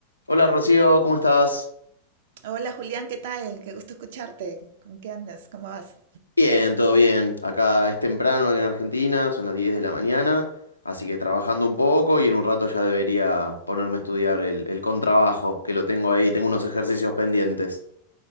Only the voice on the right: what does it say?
Hola Julián, ¿qué tal? Qué gusto escucharte. ¿Con qué andas? ¿Cómo vas?